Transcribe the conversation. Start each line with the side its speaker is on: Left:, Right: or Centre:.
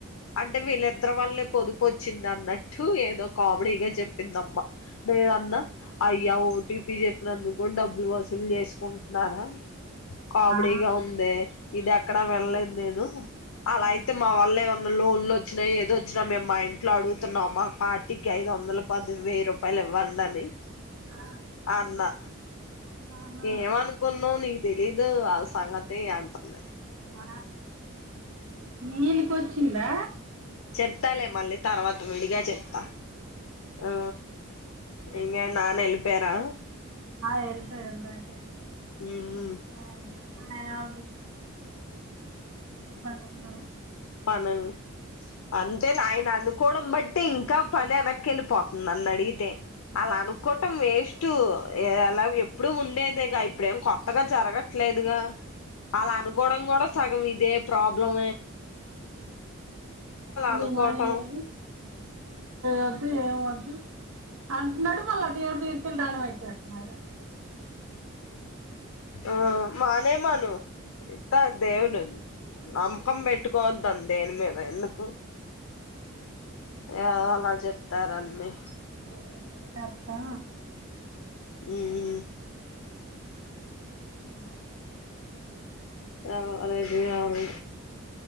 Left: అంటే వీళ్ళిద్దరు వళ్లే పొదుపు వచ్చింది అన్నట్టు ఏదో కామెడీగా చెప్పిందమ్మ దేద
Right: ఆ,
Left: యి <inaudible> యా ఓటీపీ చెప్పినందుకు కూడా డబ్బులు వసూలు చేసుకుంటున్నారా కామడీగా
Right: ఆ,
Left: ఉందే ఇది ఎక్కడ విన్లేదూ నేను అలా
Right: ఆ,
Left: అయితే మా వాళ్ళ ఏమన్నా లోన్లు వచ్చినా ఏదో వచ్చినా మేము మా ఇంట్లో అడుగుతున్నాం మా పార్టీకి ఐదు వందల పది వెయ్యి రూపాయలు ఇవ్వండి అని
Right: ఆ,
Left: అన్నా
Right: ఆహా,
Left: ఏమనుకున్నావు నీ తెలీదు ఆ సంగతి అంటుంది
Right: ఆ నీలికోచ్చిందా
Left: చెప్తాలే మళ్ళీ తర్వాత విడిగా చెప్తా
Right: ఆ,
Left: ఆ ఇంగ నానా ఎల్లిపోయారా
Right: ఆ వెళ్తారు ఇందాకే
Left: ఉమ్ ఉమ్
Right: అండ్ ఆయన <inaudible> అలా ఉండవా
Left: పనల్లో అంతే అయిన కోడ బట్టి ఇంకా పని ఎనకెళ్ళి పాప్ నన్న అడిగితే అలా అను కోటం వేస్ట్ ఎలా ఎప్పుడుూ ఉండేదేగా ఇప్పుడేం కొత్తగా జరగట్లేదుగా అలా అనుకోవడం కూడా సగం ఇది ఇదే ప్రాబ్లం
Right: పూజలు
Left: అనుకోవటం
Right: మానేయాలీ వద్దు ఎం వద్దు అంటునడు మల్లా దేవుడి దగ్గరకెళ్ళి దండం ఎట్టెత్తునాడు
Left: ఆ మానే మను ఇత్తాడు దేవుడు నమ్మకం పెట్టుకోవద్దని దేని మీద ఎందుకు ఆ అలా చెప్తారన్ని
Right: ఏ నాతా
Left: ఉమ్
Right: <inaudible>
Left: ఆ అర ఇది కాదు